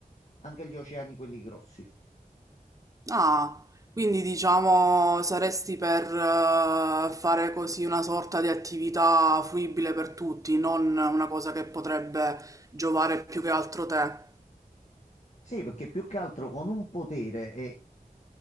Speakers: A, on the left; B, on the right.
A: anche gli oceani, quelli grossi.
B: Ah, quindi diciamo saresti per eh, fare così una sorta di attività fruibile per tutti, non una cosa che potrebbe giovare più che altro te.
A: Sì, perché più che altro con un potere e